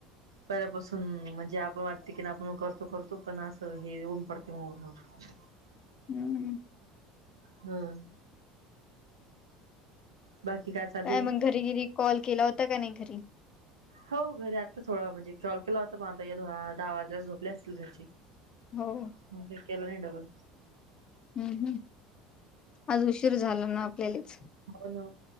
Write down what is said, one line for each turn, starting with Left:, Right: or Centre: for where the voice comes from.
Right: पहिल्यापासून म्हणजे आपण वाटते की आपण करतो. करतो पण आता हे ओमकार मूळ होत.
Left: हम्म
Right: हम्म. बाकी काय चालू
Left: काय
Right: आहे
Left: मग घरी घरी कॉल केला होता का नाही घरी.
Right: हो घरी आत्ता थोडं म्हणजे कॉल केला होता पाहता दहा वाजे झोपले असतील घरची.
Left: हो.
Right: मग काय केल्या नाही डबल.
Left: हम्म हम् आज उशीर झाला ना आपल्यालाच.
Right: हो ना.